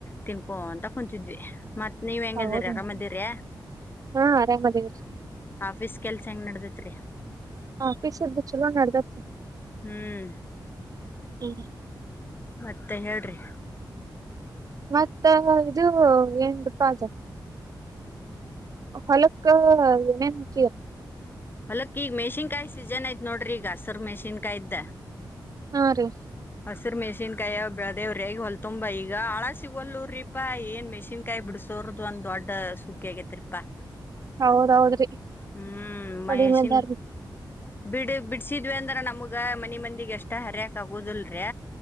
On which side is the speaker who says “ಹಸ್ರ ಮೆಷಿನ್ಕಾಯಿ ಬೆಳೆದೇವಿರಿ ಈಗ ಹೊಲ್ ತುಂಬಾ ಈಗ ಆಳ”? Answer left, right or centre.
Left